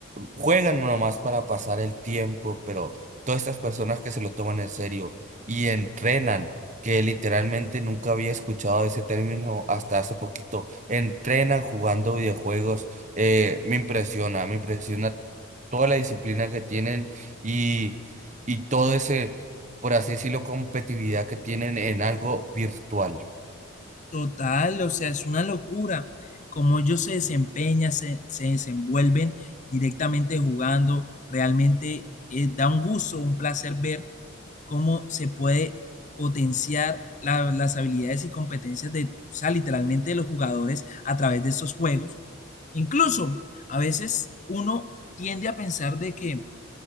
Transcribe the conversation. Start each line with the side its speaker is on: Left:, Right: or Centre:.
Right: juegan nomás para pasar el tiempo, pero todas estas personas que se lo toman en serio y entrenan, que literalmente nunca había escuchado ese término hasta hace poquito, entrenan jugando videojuegos, eh, me impresiona, me impresiona toda la disciplina que tienen. Y y todo ese, por así decirlo, competitividad que tienen en algo virtual.
Left: Total, o sea, es una locura cómo ellos se desempeñan, se, se desenvuelven directamente jugando, realmente eh, da un gusto, un placer ver cómo se puede potenciar la- las habilidades y competencias de, o sea, literalmente de los jugadores a través de estos juegos. Incluso a veces uno tiende a pensar de que